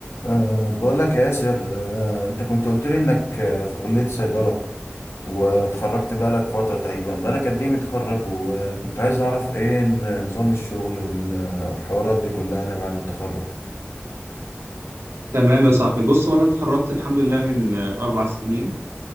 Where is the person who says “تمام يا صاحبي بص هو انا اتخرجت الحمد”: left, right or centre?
Right